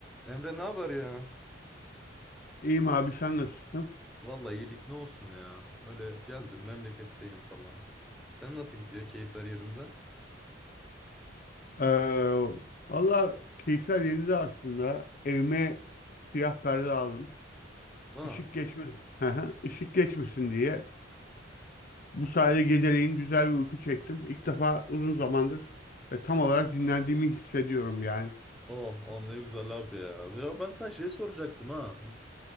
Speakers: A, in the centre; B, on the left.
A: Emre ne haber ya?
B: İyiyim abi sen nasılsın?
A: Vallahi iyilik ne olsun ya. Öyle geldim memleketteyim falan. Sen nasıl gidiyor? Keyifler yerinde?
B: Ee, valla keyifler yerinde aslında. Evime siyah perde aldım.
A: Ha.
B: Işık geçmesin, <laughs> ışık geçmesin diye. Bu sayede geceleyin güzel bir uyku çektim. İlk defa uzun zamandır ve tam olarak dinlendiğimi hissediyorum yani.
A: Oh, o ne güzel abi ya. Ya ben sana şey soracaktım ha. Biz